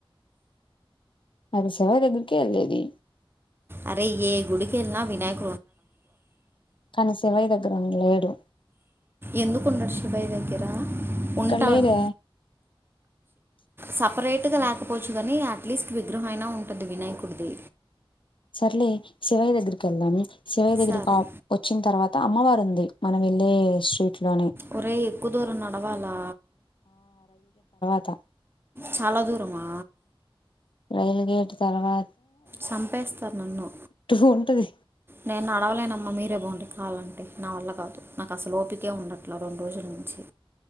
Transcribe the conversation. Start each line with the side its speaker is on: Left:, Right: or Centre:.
Left: అది సవ దగ్గరికే వెళ్లేది
Right: అరే ఏ గుడికెళ్లనా వినాయక
Left: కాని శివయ్య దెగ్గ లేడు
Right: ఎందుకు ఉండడు శివయ్య దగ్గర
Left: ఇక్కడ్లేదే
Right: ఉంటాడు సపరేట్గా లేకపోవచ్చు కానీ అట్లీస్ట్ విగ్రహంమయినా ఉంటుంది వినాయకుడిది
Left: సర్లే శివయ దగ్గరకి వెళ్ళము శివయ దగ్గరికి
Right: సరే
Left: వచ్చిన తర్వాత అమ్మవారు ఉంది మనం వెళ్ళే స్ట్రీట్ లోనే
Right: ఒరే ఎక్కువ దూరం నడవాలా?
Left: త
Right: చాలా దూరమా
Left: రైల్ గేట్ తర్వా
Right: చంపేస్తరు నన్ను
Left: టూ ఉంటది
Right: నేను నడవలేనమ్మ మీర్ రే పోండి కావాలంటే నా వల్ల కాదు నాకు అసలు ఓపికే ఉండట్లా రెండు రోజుల నుంచి.